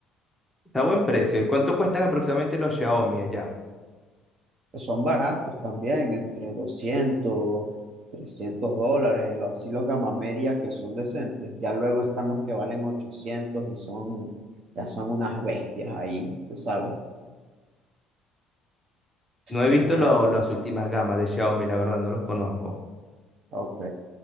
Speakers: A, in the centre; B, on the right.
A: Está a buen precio. ¿Y cuánto cuestan aproximadamente los Xiaomi allá?
B: pues, Son baratos también, entre 200 300 dólares, los- así los gama media que son decentes. Ya luego están los que valen 800 y son, ya son unas bestias ahí, tú sabes,
A: No he
B: que
A: visto
B: tienen.
A: lo- las últimas gamas de Xiaomi, la verdad no los conozco.
B: Ok.